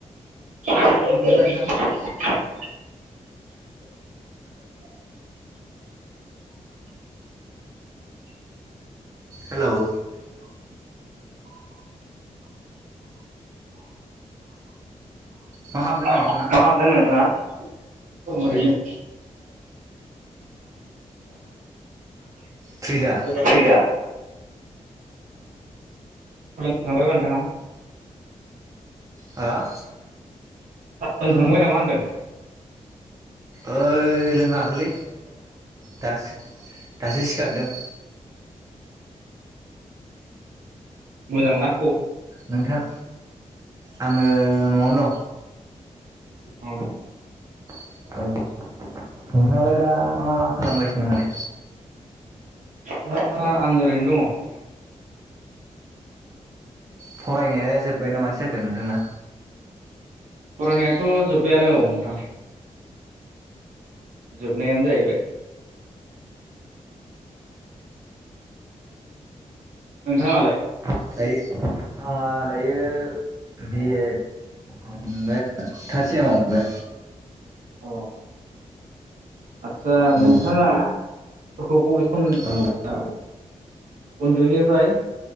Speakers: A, on the right; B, on the right.
A: <inaudible>
B: हेल' मा खालामदों
A: मा
B: नों?
A: खालामदों नोंथाङा? दं ओरैनो।
B: फ्रि दा
A: फ्रि दा? फोरोंखांबायबा नोंथाङा?
B: हा?
A: फोरोंखांबाय नामा होनदों?
B: ओ दै लोङाखैलै दासो दासो सिखारदों।
A: मोजां ना?
B: नोंथां आङो ओं न'आव दं।
A: न'आवनो
B: <unintelligible> नोंनालाय दा मा खालामगासिनो माने?
A: दा आं ओरैनो दङ।
B: फरायनाया जोब बायना माथो जाखो नोंथांना?
A: फरायनायाथ' जोब्बायानो औ नोंथां। जोबनायानो जाहैबाय। नोंथाङालाय?
B: <unintelligible> आंहा दायो बि एड मोनबाय थाद सेमाव मोनबाय।
A: अ आदसा नोंथाङा
B: औ
A: फोरखौ बबे <unintelligible>
B: औ
A: उन्दैनिफ्राय